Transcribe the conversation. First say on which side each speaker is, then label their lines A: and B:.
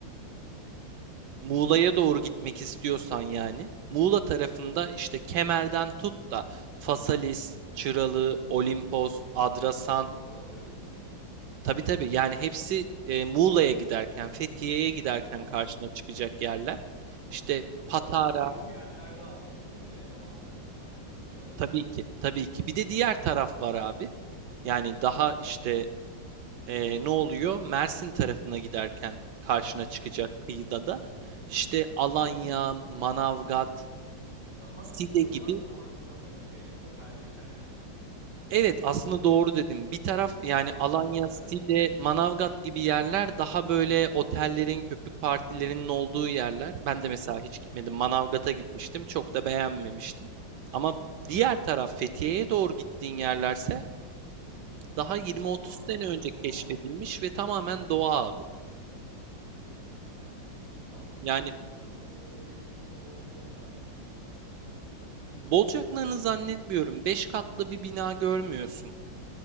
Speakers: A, on the right; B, on the right.
A: <laughs>
B: Muğla'ya doğru gitmek istiyorsan yani Muğla tarafında işte Kemer'den tut da Fasalis, Çıralı, Olimpos, Adrasan
A: Paselis Muğla tarafında mıydı?
B: tabii tabii yani hepsi e, Muğla'ya giderken Fethiye'ye giderken
A: Ha.
B: karşına çıkacak yerler. İşte
A: Ha,
B: Patara
A: bu aralıktaki yerlerde aslında böyle avantajlara sahip. Öyle mi?
B: tabii ki tabii ki bir de diğer taraf var abi. Yani daha işte e, ne oluyor? Mersin tarafına giderken karşına çıkacak
A: Aha.
B: kıyıda da işte Alanya, Manavgat,
A: Hmm, daha
B: Side
A: oralar
B: gibi
A: daha sanırım şey otelleşen yerler.
B: Evet aslında doğru dedim. Bir taraf yani
A: Sağ
B: Alanya,
A: tarafa do-
B: Side,
A: evet.
B: Manavgat gibi yerler daha böyle otellerin, köpük partilerinin olduğu yerler.
A: <laughs>
B: Ben de mesela hiç gitmedim. Manavgat'a gitmiştim. Çok da beğenmemiştim. Ama
A: <laughs>
B: diğer taraf Fethiye'ye doğru gittiğin yerlerse daha 20-30
A: Tamamen
B: sene önce
A: doğal.
B: keşfedilmiş ve tamamen doğa
A: Hı hı.
B: abi.
A: Aslında çok
B: Yani
A: keyifli. Umarım orasının yapısını da bozmazlar bundan 20-30 yıl sonra.
B: bolcaklarını zannetmiyorum. 5 katlı bir bina görmüyorsun.